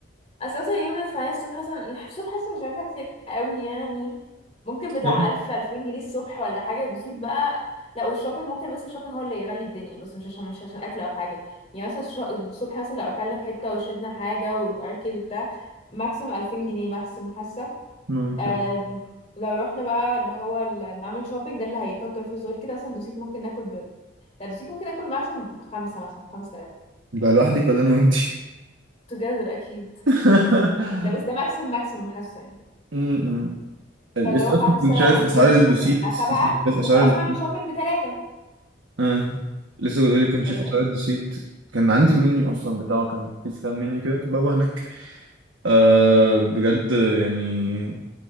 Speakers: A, on the left; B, on the right.
A: اساسا يوم الفعالية الصبح اصلا الصبح اصلا مش عارفة كتير قوي يعني ممكن بتاع
B: طب
A: الف الفين جنيه الصبح ولا حاجة دوسيت بقى لا والشوبينج ممكن بس الشوبينج هو اللي يغلي الدنيا بس مش عشان مش عشان اكل او حاجة يعني مثلا الش- الصبح مثلا لو اكلنا في حتة وشربنا حاجة والاركيد وبتاع ماكسيم الفين جنيه ماكسيم حاسة
B: ممكن
A: آم، لو رحنا بقى اللي هو ال- نعمل شوبينج ده اللي هيكتر فلوس غير كده مثلا دوسيت ممكن ناكل ب... لا دوسيت ممكن ناكل ماكسيم بخمسة مثلا خمسة آلاف
B: ده لوحدك ولا أنا وأنتي
A: together اكيد
B: <laughs>
A: ده بس ده ماكسيم ماكسيم حاسة يعني
B: امم لسه
A: فاللي هو خمسة
B: أصلا كنت شايف
A: واتنين
B: أسعار
A: الصبح
B: الدوسيت
A: بتاع سبعة
B: لسه كنت شايف أسعار
A: وخلاص
B: الدوسيت
A: هعمل شوبينج بتلاتة
B: اه لسه بيقول لي كنت
A: ولا
B: شايف اسعار
A: ايه
B: الدوسيت كان عندي المنيو اصلا بتاعه كان في سكان منيو كده كان بابا هناك آه بجد يعني